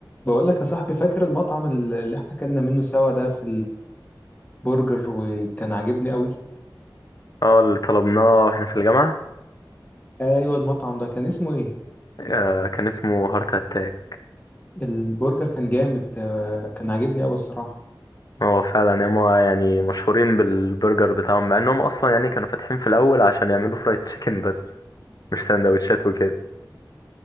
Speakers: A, on the left; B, on the left.
A: بقول لك يا صاحبي فاكر المطعم ال- اللي احنا اكلنا منه سوا ده في البرجر وكان عاجبني قوي
B: اه اللي طلبناه واحنا في الجامعة
A: ايوه المطعم ده كان اسمه ايه
B: آه كان اسمه هارت اتاك
A: البرجر كان جامد آه، كان عاجبني قوي الصراحه
B: هو فعلا هما يعني مشهورين بالبرجر بتاعهم مع انهم اصلا يعني كانوا فاتحين في الاول عشان يعملوا فرايد تشيكن بس مش سندوتشات وكده